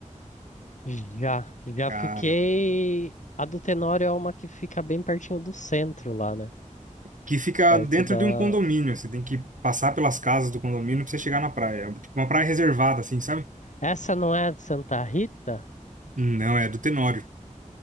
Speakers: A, on the left; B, on the right.
A: Já, já
B: Cara.
A: fiquei. A do Tenório é uma que fica bem pertinho do centro lá, né?
B: que fica
A: Perto
B: dentro
A: da.
B: de um condomínio. Você tem que passar pelas casas do condomínio pra você chegar na praia. É tipo uma praia reservada, assim, sabe?
A: Essa não é a de Santa Rita?
B: Não, é do Tenório.